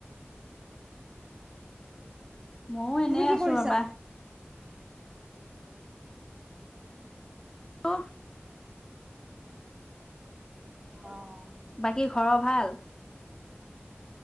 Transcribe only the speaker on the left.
ময়ো এনেই
আছোঁ
ৰবা। অ'
বাকী ঘৰৰ ভাল?